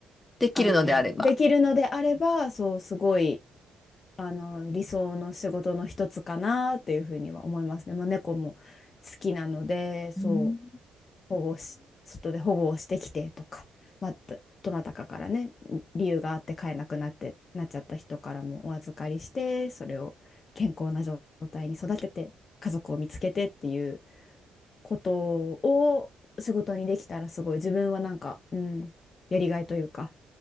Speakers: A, on the left; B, on the left.
A: できるのであれば。
B: あの、できるのであれば、そう、すごい、あの、理想の仕事の一つかなっていうふうには思いますね。まあ、猫も好きなので、そう。
A: うん
B: 保護し、外で保護をしてきてとか、まあ、どどなたかからね、理由があって飼えなくなって、なっちゃった人からもお預かりして、それを健康な状態に育てて、家族を見つけてっていうことを仕事にできたらすごい自分はなんか、うん、やりがいというか、